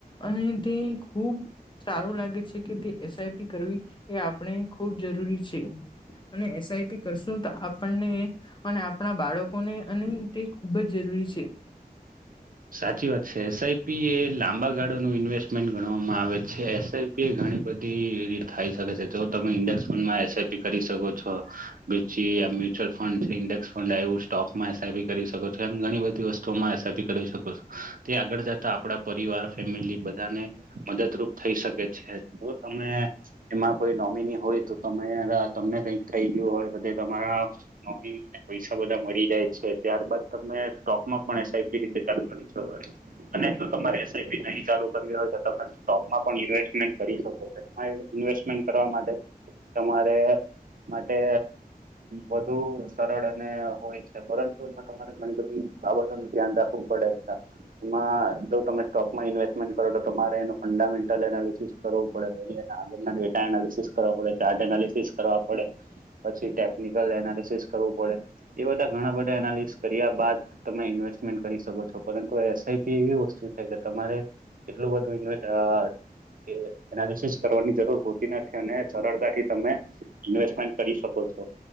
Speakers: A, on the left; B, on the right.
A: અને તે ખુબ સારું લાગે છે કે તે એસ આઈ પી કરવી એ આપણે ખુબ જરૂરી છે. અને એસ તાઈ પી કરશું તો આપણને અને આપણા બાળકોને અને તે ખૂબ જ જરૂરી છે.
B: સાચી વાત છે. એસ આઈ પી એ લાંબા ગાળાનું ઇન્વેસ્ટમેન્ટ ગણવામાં આવે છે. એસ આઈ પી એ ઘણી બધી એવી થાય શકે છે જો તમે ઇન્ડેક્સ ફંડમાં એસ આઈ પી કરી શકો છો પછી આ મ્યુચ્યુલંડ છે ઈન્ડેક્સ ફંડ આવ્યું સ્ટોક માં એસ આઇ પી કરી શકો છો એવી ગણી બધી વસ્તુ માં એસ આઇ પી કરી શકો છો. તે આગળ જતા આપણા પરિવાર ફેમિલી બધાને મદદરૂપ થઈ શકે છે. એ જો તમે એમાં કોઈ નોમિની હોય તો તમે તમને કઈક કઈ ગયું હોય તો તે મારા મમ્મીને પૈસા બધા મળી જાય છે ત્યારબાદ તમે સ્ટોકમાં પણ એસ આઇ પી એ રીતે ચાલુ સવારે. નહીં તો તમારે એસ આઈ પી નહીં ચાલુ કરવી હોય તો તમે સ્ટોકમાં પણ ઇન્વેસ્ટમેન્ટ કરી શકો છો. એમાં ઇન્વેસ્ટ મેન્ટ કરવા માટે તમારે માટે વધુ સરળ અને હોય છે પરંતુ એમાં તમારે ઘણી બધી બાબતો નો ધ્યાન રાખવું પડે કા. એમાં જો તમે સ્ટોકમાં ઇન્વેસ્ટમેન્ટ કરો તો તો તમારે એનું ફંડામેન્ટલ અહ એનાલિસિસ કરવું પડે. પછી એના આગળના ડેટા એનાલિસિસ કરવા પડે, ચાર્ટ એનાલિસિસ કરવા પડે. પછી ટેકનિકલ એનાલિસિસ કરવું પડે. એ બધા ઘણા બધા એનાલિસસ કર્યા બાદ તમે ઇન્વેસ ટ્મેન્ટ કરી શકો છો. પરંતુ એસ આઈ પી એવી વસ્તુ છે કે તમારે એટલું બધું ઇ આહ કે એનાલિસસ કરવાની જરૂર હોતી નથી અને સરળતાથી તમે ઇન્વેસ્ટમેન્ટ કરી શકો છો.